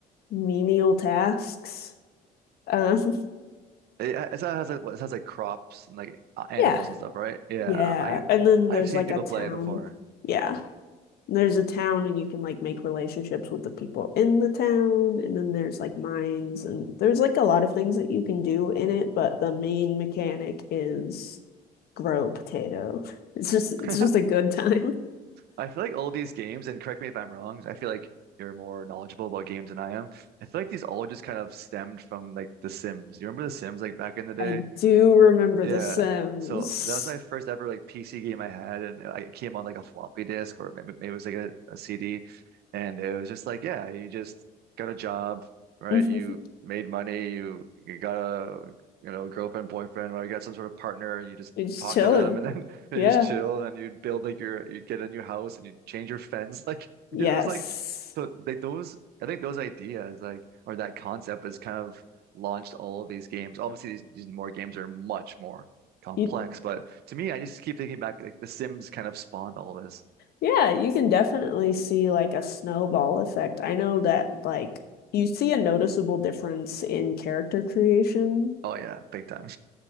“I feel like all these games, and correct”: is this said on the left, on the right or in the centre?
Right